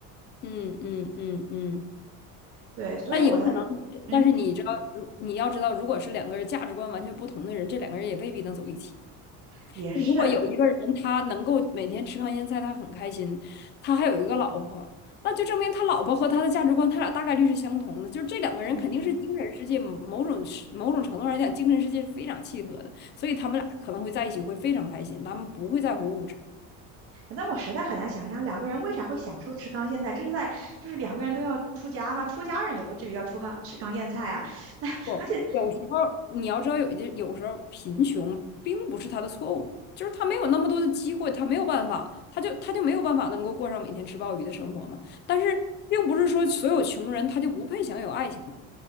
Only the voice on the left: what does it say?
嗯嗯嗯嗯，
那有可能你这但是你知道，
如你要知道，如果是两个人价值观完全不同的人，这两个人也未必能走一起。
如果有一个人他能够每天吃糠咽菜，他很开心，他还有一个老婆，那就证明他老婆和他的价值观，他俩大概率是相同的。就是这两个人肯定是精神世界某种是某种程度上来讲，
精神世界是非常契合的，所以他们俩可能会在一起会非常开心，他们不会在乎物质。
不，有时候你要知道有一些，有时候贫穷并不是他的错误，就是他没有那么多的机会，他没有办法，他就他就没有办法能够过上每天吃鲍鱼的生活嘛。但是并不是说所有穷人他就不配享有爱情嘛，